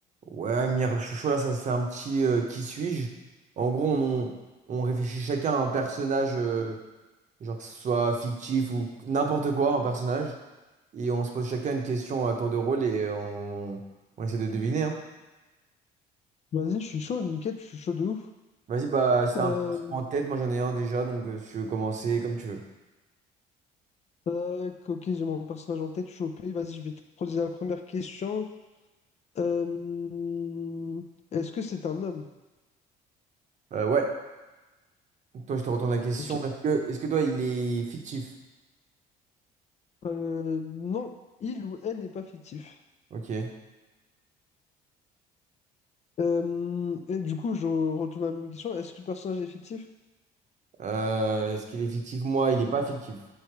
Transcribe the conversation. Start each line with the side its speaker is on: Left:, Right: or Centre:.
Right: Ouais, Mire, chouchou là, ça se fait un petit euh, qui suis-je? En gros, on, on- on réfléchit chacun à un personnage, euh, genre que ce soit fictif ou n'importe quoi, un personnage. Et on se pose chacun une question à tour de rôle et on, on essaie de deviner. hein.
Left: Vas-y, je suis chaud, nickel, je suis chaud de ouf.
Right: Vas-y, bah, si t'as
Left: Euh,
Right: un personnage en tête, moi j'en ai un déjà, donc euh, si tu veux commencer, comme tu veux.
Left: tac, ok, j'ai mon personnage en tête, je suis OP. Vas-y, je vais te poser la première question. Euh, est-ce que c'est un homme?
Right: Euh, ouais, toi, je te retourne la question.
Left: Ok.
Right: Est-ce que, est-ce que toi, il est fictif?
Left: Euh, non, il ou elle n'est pas fictif.
Right: Ok.
Left: Euh, et du coup, je retourne à la même question. Est-ce que le personnage est fictif? <laughs>
Right: Euh, est-ce qu'il est fictif? Moi, il n'est pas fictif.